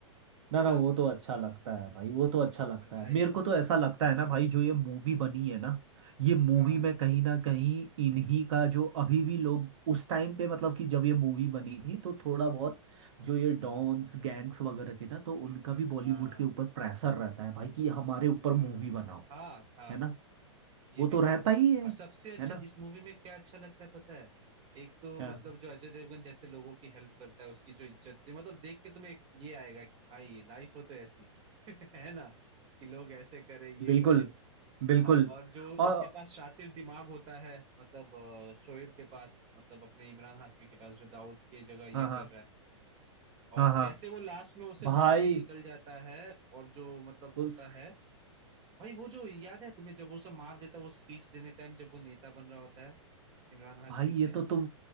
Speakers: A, on the right; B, on the right.
A: ना
B: है
A: ना
B: ना
A: वो तो अच्छा लगता है भाई वो तो अच्छा लगता
B: और भाई
A: है मेरे को तो ऐसा लगता है ना भाई जो ये मूवी बनी है ना ये मूवी
B: हाँ
A: में कहीं ना कहीं इन्हीं का जो अभी भी लोग उस टाइम पे मतलब कि जब ये मूवी बनी थी तो थोड़ा बहुत जो ये डॉन्स गैंग्स वगैरह थे ना तो उनका भी बॉलीवुड
B: हाँ
A: के ऊपर प्रेशर रहता है भाई कि हमारे ऊपर
B: हाँ
A: मूवी बनाओ
B: था
A: है
B: था
A: ना
B: ये
A: वो
B: भी
A: तो रहता
B: था
A: ही है
B: और सबसे अच्छा
A: है ना
B: इस मूवी में क्या अच्छा लगता है पता है एक तो
A: हाँ,
B: मतलब जो अजय देवगन जैसे लोगों की हेल्प करता है उसकी जो इज्जत होती है मतलब देख के तुम्हें एक ये आएगा कि भाई लाइफ हो तो ऐसी <laughs> है ना कि लोग ऐसे करे ये
A: बिल्कुल
B: करे
A: बिल्कुल
B: हाँ और जो
A: और
B: उसके पास शातिर दिमाग होता है मतलब अ, शोएब के पास मतलब अपने इमरान हाशमी के पास जो दाऊद की जगह ये
A: हाँ हाँ
B: कर रहा है और
A: हाँ हाँ
B: कैसे वो लास्ट में उसे
A: भाई
B: मार के निकल जाता है और जो मतलब
A: उस
B: होता है भाई वो जो याद है तुम्हें जब वो सब मार देता है वो स्पीच देने टाइम जब वो नेता बन रहा होता है इमरान हाशमी
A: भाई
B: उसे
A: ये तो तुम